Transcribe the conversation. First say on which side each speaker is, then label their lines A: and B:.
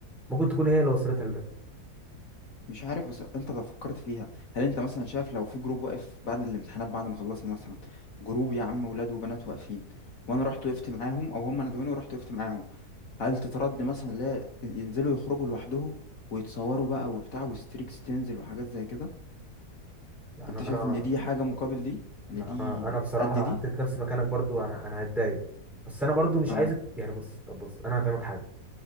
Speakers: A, in the centre; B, on the left.
A: ممكن تكون هي اللي وصلتها لده
B: مش عارف بس انت لو فكرت فيها هل انت مثلا شايف لو في جروب واقف بعد الامتحانات بعد ما خلصنا مثلا جروب يا عم ولاد وبنات واقفين وانا رحت وقفت معاهم او هم ندوني ورحت وقفت معاهم هل تترد مثلا لا ينزلوا يخرجوا لوحدهم ويتصوروا بقى وبتاع وستريكس تنزل وحاجات زي كده
A: لا انا
B: انت
A: انا
B: شايف ان دي حاجة مقابل دي يعني
A: لا
B: دي
A: انا انا بصراحه
B: قد
A: لو
B: دي
A: حطيت نفسي مكانك برضه انا انا هتضايق بس انا برضه مش
B: او
A: عايزك يعني بص طب بص انا هفهمك حاجه